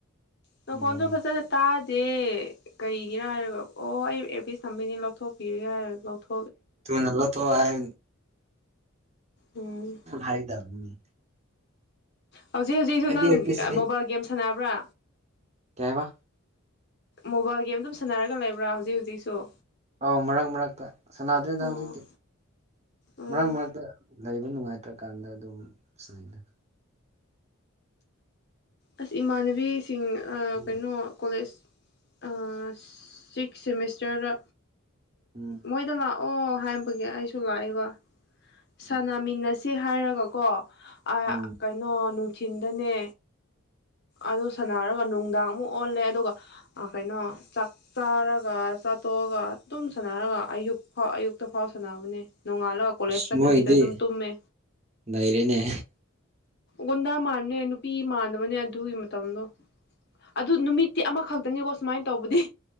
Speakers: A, on the left; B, on the right.
A: ꯅꯪꯈꯣꯟꯁꯨ
B: ꯎꯝ
A: ꯐꯖꯅ ꯇꯥꯗꯦ ꯀꯩꯒꯤꯔꯥ ꯍꯥꯏꯔꯒ ꯑꯣ ꯑꯩ ꯑꯦꯞꯤꯁ ꯊꯝꯕꯩꯅꯤ ꯂꯧꯊꯣꯛꯄꯤꯔꯒꯦ ꯍꯥꯏꯔ ꯂꯧꯊꯣꯛ
B: ꯊꯨꯅ ꯂꯧꯊꯣꯛꯑꯣ ꯍꯥꯏ
A: ꯎꯝ
B: ꯍꯥꯏꯗꯕꯦ
A: ꯍꯧꯖꯤꯛ ꯍꯧꯖꯤꯛꯁꯨ
B: ꯑꯩꯗꯤ
A: ꯅꯪ
B: ꯑꯦꯌꯔꯄꯤꯁꯁꯤꯗꯤ
A: ꯃꯣꯕꯥꯏꯜ ꯒꯦꯝ ꯁꯥꯟꯅꯕ꯭ꯔꯥ
B: ꯀꯩꯍꯥꯢꯕ
A: ꯃꯣꯕꯥꯏꯜ ꯒꯦꯝ ꯑꯗꯨꯝ ꯁꯥꯟꯅꯔꯒ ꯂꯩꯕ꯭ꯔꯥ ꯍꯧꯖꯤꯛ ꯍꯧꯖꯤꯛꯁꯨ
B: ꯑꯧ ꯃꯔꯛ ꯃꯔꯛꯇ ꯁꯥꯟꯅꯗ꯭ꯔꯦꯗꯪ
A: ꯑꯣ
B: ꯍꯧꯖꯤꯛꯇꯤ
A: ꯎꯝ
B: ꯃꯔꯛ ꯃꯔꯛꯇ ꯂꯩꯕ ꯅꯨꯡꯉꯥꯏꯇ꯭ꯔꯀꯥꯟꯗ ꯑꯗꯨꯝ ꯁꯨꯃꯥꯏꯅ
A: ꯑꯁ ꯏꯃꯥꯟꯅꯕꯤꯁꯤꯡ
B: ꯎꯝ
A: ꯀꯩꯅꯣ ꯀꯣꯂꯦꯖ ꯑ ꯁꯤꯛꯁ ꯁꯦꯃꯤꯁꯇꯔꯗ
B: ꯎꯝ
A: ꯃꯣꯏꯗ ꯂꯥꯛ ꯑꯣ ꯍꯥꯏꯕꯒꯤ ꯑꯩꯁꯨ ꯂꯥꯛꯏꯕ ꯁꯥꯅꯃꯤꯟꯅꯁꯤ
B: ꯎꯝ
A: ꯍꯥꯏꯔꯒꯀꯣ ꯑ
B: ꯎꯝ
A: ꯀꯩꯅꯣ ꯅꯨꯡꯊꯤꯟꯗꯅꯦ ꯑꯗꯨ ꯁꯥꯟꯅꯔꯒ ꯅꯨꯡꯗꯥꯡꯃꯨꯛ ꯑꯣꯜꯂꯦ ꯑꯗꯨꯒ ꯀꯩꯅꯣ ꯆꯥꯛ ꯆꯥꯔꯒ ꯆ ꯇꯣꯛꯑꯒ ꯇꯨꯝ ꯁꯥꯟꯅꯔꯒ ꯑꯌꯨꯛ ꯐꯥꯎ ꯑꯌꯨꯛꯇ ꯐꯥꯎ ꯁꯥꯟꯅꯕꯅꯦ ꯅꯣꯡꯉꯥꯜꯂꯒ ꯀꯣꯂꯦꯖ
B: ꯑꯁ
A: ꯆꯠꯇꯕꯤꯗ
B: ꯃꯣꯏꯒꯤꯗꯤ
A: ꯑꯗꯨꯝ ꯇꯨꯝꯃꯦ
B: ꯅꯩꯔꯦꯅꯦ
A: ꯑꯣꯟꯅ ꯃꯥꯟꯅꯦ ꯅꯨꯄꯤ ꯃꯥꯟꯗꯕꯅꯦ ꯑꯗꯨꯒꯤ ꯃꯇꯝꯗꯣ ꯑꯗꯨ ꯅꯨꯃꯤꯠꯇꯤ ꯑꯃꯈꯛꯇꯅꯤꯀꯣ ꯁꯨꯃꯥꯏꯟ ꯇꯧꯕꯗꯤ